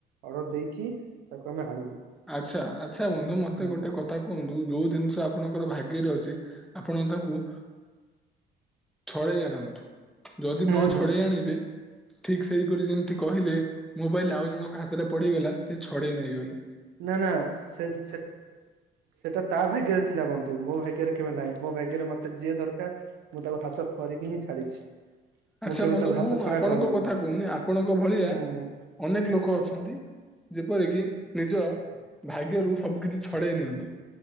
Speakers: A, on the right; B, in the centre.
A: ଅର୍ଡର ଦେଇକି ତାକୁ ଆମେ ଆଣିବୁ।
B: ଆଚ୍ଛା ଆଚ୍ଛା ବନ୍ଧୁ ମତେ
A: ହୁଁ
B: ଗୋଟେ କଥା କୁହନ୍ତୁ। ଯୋଉ ଜିନିଷ ଆପଣଙ୍କର ଭାଗ୍ୟରେ ଅଛି ଆପଣ ତାକୁ ଛଡେଇ ଆଣନ୍ତୁ। ଯଦି ନ
A: ହୁଁ
B: ଛଡେଇ ଆଣିବେ, ଠିକ ସେଇପରି ଯେମିତି କହିଲେ ମୋବାଇଲ୍ ଆଉ ଜଣଙ୍କ ହାତରେ ପଡିଗଲା। ସେ ଛଡେଇ ନେଇ ଗଲେ।
A: ନା ନା ସେ ସେ ସେଟା ତା ଭାଗ୍ୟରେ ଥିଲା ବନ୍ଧୁ ମୋ ଭାଗ୍ୟରେ କେବେ ନାଇଁ ମୋ ଭାଗ୍ୟରେ ମତେ ଯିଏ ଦରକାର ମୁଁ ତାକୁ ହାସଲ କରିକି ହିଁ ଛାଡିଛି।
B: ଆଚ୍ଛା
A: କେବେ
B: ବନ୍ଧୁ
A: ତାକୁ
B: ମୁଁ
A: ହାତ ଛଡା
B: ଆପଣଙ୍କ
A: କରିନି
B: କଥା କହୁନି ଆପଣଙ୍କ ଭଳିଆ
A: ହୁଁ
B: ଅନେକ ଲୋକ ଅଛନ୍ତି ଯେପରିକି ନିଜ ଭାଗ୍ୟରୁ ସବୁ କିିଛି ଛଡ଼େଇ ନିଅନ୍ତି